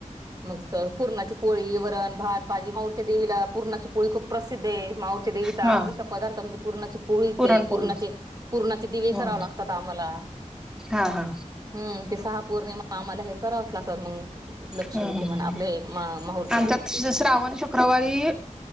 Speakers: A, on the right; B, in the centre.
A: मग पूर्णाची पोळी वरण भात भाजी माऊरच्या देवीला पूर्णाची पोळी खूप प्रसिद्ध आहे माऊरच्या देवीचा
B: हा
A: आवडीचा पदार्थ म्हणजे पूर्णाची पोळीचे
B: पुरणपोळी
A: पूर्णाचे पूर्णाचे दिवे
B: हा
A: करावे लागतात आम्हाला
B: हा हा
A: हम्म ते सहा पौर्णिमा आम्हाला हे करावच लागतात मग लक्ष्मीचे
B: हम्म
A: मण आपले माहूरच्या
B: आमच्यात
A: देवीचे
B: श्रावण शुक्रवारी